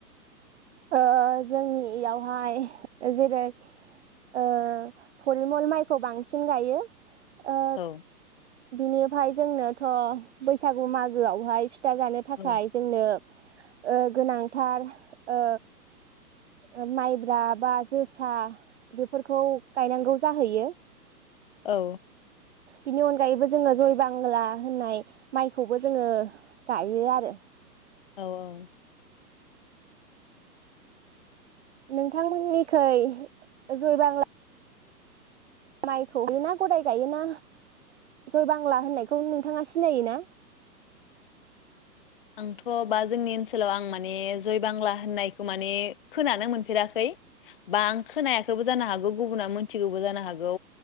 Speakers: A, on the right; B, on the left.
A: ओ जोंनि इयावहाय जेरै ओ फरिमल माइखौ बांसिन गायो। ओ
B: औ
A: बिनिफाय जोंनोथ बैसागु मागोआवहाय फिथा जानो थाखाय
B: औ
A: जोंनो ओ गोनांथार ओ ओ माइब्रा बा जोसा बेफोरखौ गायनांगौ जाहैयो।
B: औ
A: बिनि अनगायैबो जोङो जय बांला होननाय माइखौबो जोङो गायो आरो।
B: औ औ
A: नोंथांमोननिखै जयबांला माइखौहायोना गदाय गायोना जय बांला होननायखौ नोंथाङा सिनायोना?
B: आंथ' बा जोंनि ओनसोलाव आं माने जय बांला होननायखौ माने खोनानो मोनफेराखै बा आं खोनायाखैबो जानो हागौ गुबुना मोनथिगौबो जानो हागौ